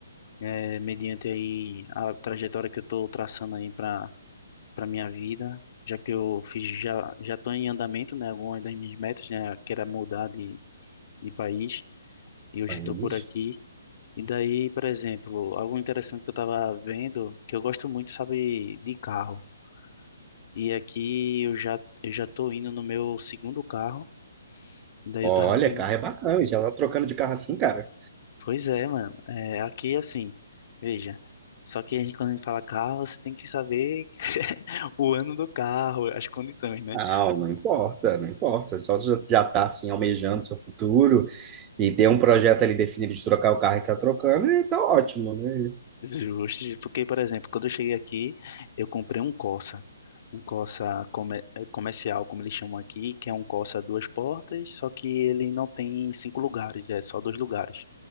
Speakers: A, on the left; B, on the right.
A: É, mediante aí a trajetória que eu tô traçando aí para para minha vida, já que eu fiz já já tô em andamento, né, algumas das minhas metas, né, que era mudar de de país, e hoje
B: País.
A: estou por aqui. E daí, por exemplo, algo interessante que eu tava vendo, que eu gosto muito, sabe, de carro. E aqui eu já, eu já tô indo no meu segundo carro. E daí
B: Olha,
A: eu tava. pen-
B: carro é bacana. Já tá trocando de carro assim, cara?
A: Pois é, mano. É, aqui é assim, veja. Só que a gente, quando a gente fala carro, você tem que saber <laughs> o ano do carro, as condições, né?
B: Não, não importa, não importa. Só já, já tá assim, almejando seu futuro e ter um projeto ali definido de trocar o carro e tá trocando, e tá ótimo, né?
A: Justo, porque, por exemplo, quando eu cheguei aqui, eu comprei um Corsa, um Corsa come- eh, comercial, como eles chamam aqui, que é um Corsa duas portas, só que ele não tem cinco lugares, é só dois lugares,